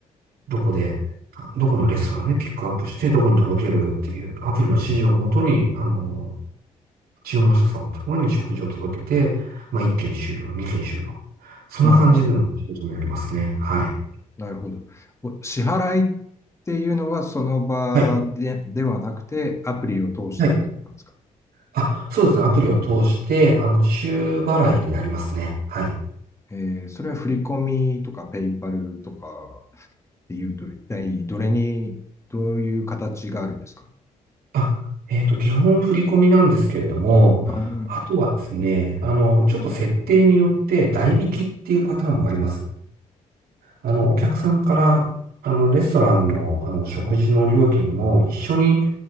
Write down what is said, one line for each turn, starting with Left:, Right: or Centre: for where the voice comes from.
Right: どこで、どこのレストランでピックアップして、どこに届けるっていうアプリの指示をもとに、あの、注文者さんのところに食事を届けて、まあ、1件終了、2件終了。そんな感じでの仕事になりますね。
Left: あー、
Right: はい。
Left: なるほど。お支払いっていうのはその場で、
Right: はい。
Left: ではなくて、アプリを通してってことなんですか
Right: はい。あ、そうですね。アプリを通して、あの、週払いになりますね。はい。
Left: えーそれは振り込みとかペイパルとかっていうと、一体どれに、どういう形があるんですか
Right: あ、えっと、基本振り込みなんですけれども、
Left: あー、
Right: あとはですね、あの、ちょっと設定によって代引きっていうパターンもあります。あの、お客さんから、あの、レストランの、あの、食事の料金も一緒に